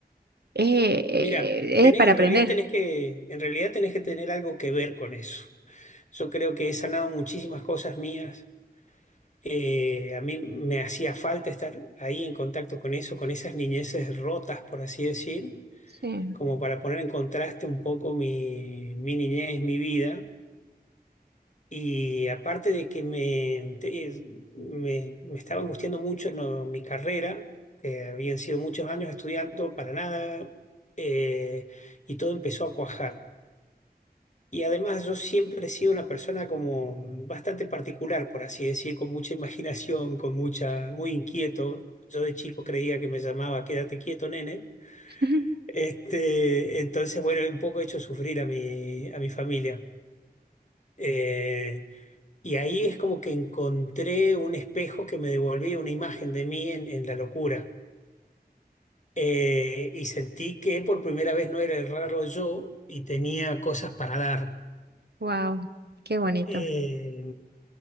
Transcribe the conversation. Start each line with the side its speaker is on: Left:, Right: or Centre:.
Right: es
Left: Mira, tenés,
Right: es para
Left: en
Right: aprender.
Left: realidad tenés que, en realidad tenés que tener algo que ver con eso. Yo creo que he sanado muchísimas cosas mías. Eh, a mí me hacía falta estar ahí en contacto con eso, con esas niñeces rotas, por así decir,
Right: Sí.
Left: como para poner en contraste un poco mi, mi niñez, mi vida. Y aparte de que me, te- es- me, me estaba angustiando mucho no, mi carrera, que habían sido muchos años estudiando para nada, eh, y todo empezó a cuajar. Y además yo siempre he sido una persona como bastante particular, por así decir, con mucha imaginación, con mucha, muy inquieto. Yo de chico creía que me llamaba Quédate quieto, nene.
Right: <laughs>
Left: Este, entonces, bueno, un poco he hecho sufrir a mi, a mi familia. Eh, Y ahí es como que encontré un espejo que me devolvía una imagen de mí en, en la locura. Eh, y sentí que por primera vez no era el raro yo y tenía cosas para dar.
Right: Wow, qué bonito.
Left: Eh,